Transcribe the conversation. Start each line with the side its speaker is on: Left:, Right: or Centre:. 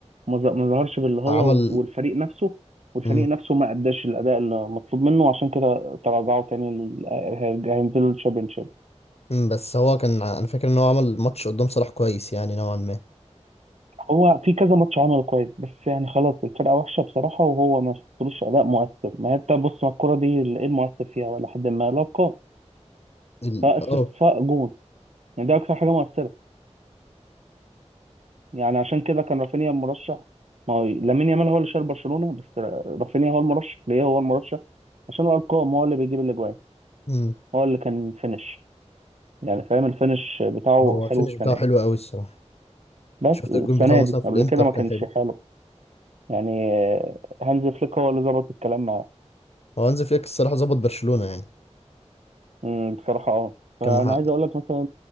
Right: وما ظ- ما ظهرش باللي هو
Left: عمل
Right: وت- والفريق نفسه والفريق
Left: مم.
Right: نفسه ما اداش الاداء اللي مطلوب منه عشان كده تراجعوا تاني لل- هي- هينزلوا الشامبيونشيب
Left: مم. بس هو كان ع- انا فاكر ان هو عمل ماتش قدام صلاح كويس يعني نوعا ما
Right: هو في كذا ماتش عمله كويس بس يعني خلاص الفرقه وحشه بصراحه وهو ما شفتلوش اداء مؤثر ما هي انت بص على الكوره دي ايه المؤثر فيها ولا حد ما لا القاء
Left: ال...
Right: سواء اسيست
Left: اه
Right: سواء جون يعني دي اكتر حاجه مؤثره يعني عشان كده كان رافينيا المرشح ما هو لامين يامال هو اللي شايل برشلونة بس را- رافينيا هو المرشح ليه هو المرشح عشان هو الارقام هو اللي بيجيب الاجوان
Left: مم.
Right: هو اللي كان فينش يعني فاهم الفينش بتاعه
Left: هو
Right: حلو
Left: الفينش
Right: السنة
Left: بتاعه حلو
Right: دي
Left: قوي الصراحة
Right: بس
Left: شفت
Right: السنة
Left: الجون بتاعه مثلا
Right: دي
Left: في
Right: قبل
Left: الانتر
Right: كده ما
Left: كان
Right: كانش
Left: حلو
Right: حلو يعني آه، هانز فليك هو اللي ظبط الكلام معاه
Left: هو هانز فليك الصراحة ظبط برشلونة يعني
Right: أمم، بصراحة اه فأنا
Left: كان محقق
Right: عايز أقول لك مثلا